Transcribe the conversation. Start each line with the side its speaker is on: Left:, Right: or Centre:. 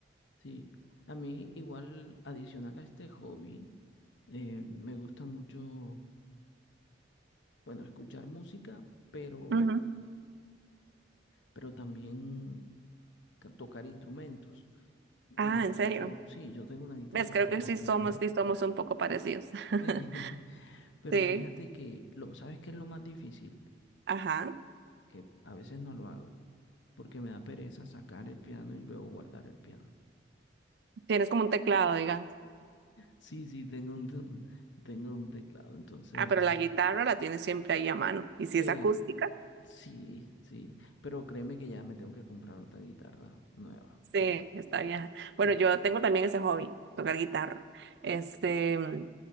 Left: Sí, a mí igual adicional a este hobby, eh, me gusta mucho, bueno, escuchar música, pero,
Right: Ujú.
Left: pero también ca- tocar instrumentos.
Right: Ah,
Left: Eh,
Right: ¿en serio?
Left: yo, sí, yo tengo una guitarra,
Right: ¿Ves? Creo
Left: tengo
Right: que sí
Left: piano,
Right: somos, sí somos un poco parecidos. <laughs>
Left: sí, <laughs> pero
Right: Sí,
Left: fíjate que, lo, ¿sabes qué es lo más difícil?
Right: ajá.
Left: que a veces no lo hago, porque me da pereza sacar el piano y luego guardar el piano.
Right: Tienes como un teclado, digamos.
Left: Sí, sí, tengo un, te- <laughs> tengo un teclado, entonces,
Right: Ah, pero la guitarra la tienes siempre ahí a mano. Y si
Left: eh,
Right: es acústica,
Left: sí, sí, pero créeme que ya me tengo que comprar otra guitarra nueva,
Right: sí,
Left: por-
Right: está vieja
Left: sí.
Right: Bueno, yo tengo también ese hobby, tocar guitarra. Este, mm,